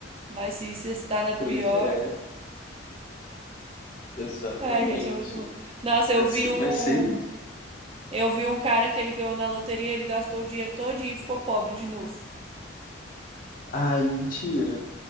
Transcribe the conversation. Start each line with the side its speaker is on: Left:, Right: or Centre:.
Right: mas se isso está na pior,
Left: Pois é, exatamente.
Right: ai, gente, é muito louco. Nossa,
Left: Vai
Right: eu
Left: ser,
Right: vi um,
Left: vai ser isso.
Right: eu vi um cara que ele ganhou na loteria, ele gastou o dinheiro todinho e ficou pobre de novo.
Left: Ai, mentira.